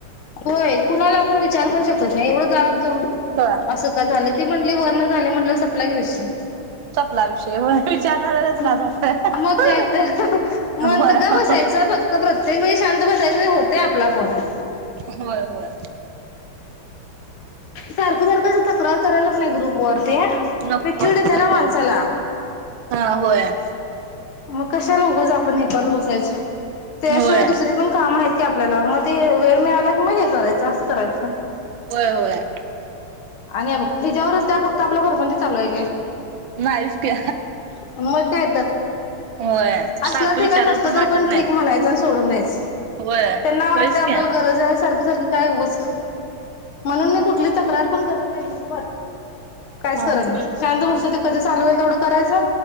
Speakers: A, on the left; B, on the right.
A: होय कुणाला आपण विचारु. पण शकत नाही एवढं दाब द
B: होय
A: असं का झालं ते म्हण ते वरन झाले म्हटलं, सप्लाय कशी
B: चपला विषयी होय. विचारणाऱ्यालाच लाज
A: मग
B: वाटते
A: काय तर म
B: होय
A: गप बसायचं, फक्त प्रत्येक वेळी शांत बसाय सगळे होते आपला फोन आजच
B: होय होय.
A: सारखं सारखंच येत. <unintelligible> करायला नाही ग्रुप वरती मग
B: नको
A: चीड
B: वाटतय
A: येते ना,
B: व्हय
A: माणसाला.
B: हा होय.
A: मग कशाला उगच आपण हेकत बसायचं. त्याशिवाय
B: होय
A: दुसरी पण काम आहेत की आपल्याला. मग ते वेळ मिळाला की, मग हे करायचं असं करायचं.
B: होय. होय.
A: आणि या बघ ह्याच्या वरच काय फक्त आपलं प्रपंच कोणच चालू आहे काय?
B: नाहीच की.
A: मग काय तर
B: होय
A: असलं
B: सारखं
A: ठीक
B: विचारावं
A: आहे, नसलं तरी
B: वाटत
A: पण ठीक
B: नाही
A: म्हणायचं. असं सोडून द्यायचं.
B: होय
A: त्यांना वाटत
B: होयच
A: आपल्याला
B: की हा
A: गरज आहे, सारखी सारखी काय उगाच. म्हणून मी कुठली तक्रार पण करत नाही, ग्रुप वर. काहीच
B: हम्म
A: करत नाही. शांत बस्तू ते कधी चालू होईल तेवढं करायचं,